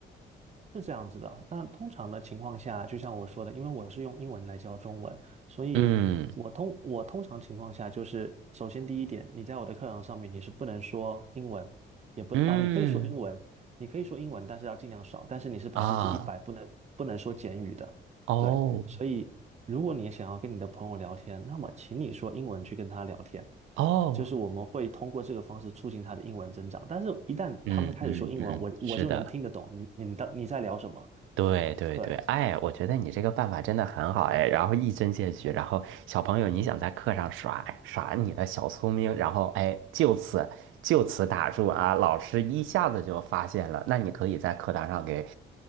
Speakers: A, on the right; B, on the right.
A: 是这样子的，但通常的情况下，就像我说的，因为我是用英文来教中文，所以我通我通常情况下就是，
B: 嗯
A: 首先第一点，你在我的课堂上面你是不能说英文，也不啊、
B: 嗯
A: 你可以说英文，你可以说英文，但是要尽量少，但是你是百分之一百不能不能说简语的，
B: 啊哦
A: 对，所以如果你想要跟你的朋友聊天，那么请你说英文去跟他聊天，
B: 哦，
A: 就是我们会通过这个方式促进他的英文增长。但是，一旦他们开始说英文，
B: 嗯嗯嗯，
A: 我我就能听得懂你你的你在聊什么。
B: 是的。对对对，
A: 对，
B: 哎，我觉得你这个办法真的很好哎，然后一针见血，然后小朋友你想在课上耍耍你的小聪明，然后哎，就此就此打住啊，老师一下子就发现了，那你可以在课堂上给